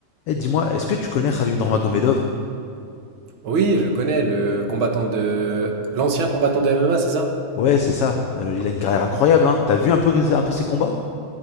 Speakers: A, on the left; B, on the right.
A: Eh, dis-moi, est-ce que tu connais Khabib Nurmagomedov?
B: Oui, je le connais, le combattant de... L'ancien combattant de MMA, c'est ça?
A: Ouais, c'est ça. Euh, il a une carrière incroyable, hein. T'as vu un peu, un peu ses combats?